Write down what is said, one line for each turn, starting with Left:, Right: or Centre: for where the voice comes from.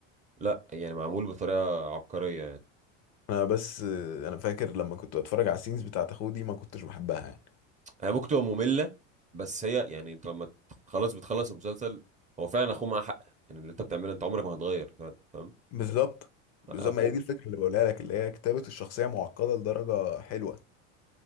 Right: لا يعني معمول بطريقه عبقريه يعني
Left: انا بس آه، انا فاكر لما كنت بتفرج على السينز بتاعت اخوه دي ما كنتش بحبها يعني
Right: هي ممكن تبقى ممله بس هي يعني انت لما ت- خلاص بتخلص المسلسل هو فعلا اخوه معاه حق يعني اللي انت بتعمله انت عمرك ما هتغير فعلا فاهم
Left: بالظبط بالظبط
Right: اخوه
Left: ما هي دي الفكره اللي بقولها لك اللي هي كتابه الشخصيه معقده لدرجه حلوه